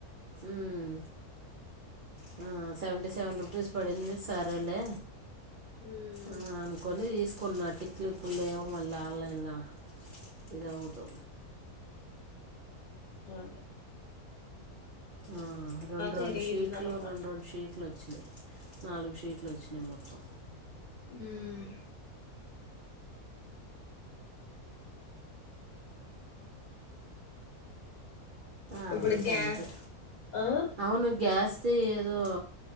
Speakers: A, on the right; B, on the left.
A: హ్మ్ హ్మ్ సెవెంటీ సెవెన్ రూపీస్ పడింది సరేలే
B: మ్మ్
A: ఆ అనుకొని తీస్ కున్న టిక్లిప్పులు లేవు మళ్ళ ఆన్లైన్లో ఇది అవుతో.
B: ఆంది
A: హ్మ్ రెండు రెండు
B: జరిగిందనమాట
A: షీట్లు రెండు రెండు షీట్లు వచ్చినీ నాలుగు షీట్లు వచ్చినీ మొత్తం
B: హ్మ్
A: అవుడికంతె
B: ఇప్పుడు గ్యా ఆ
A: అవును గ్యాస్ ది ఏదో.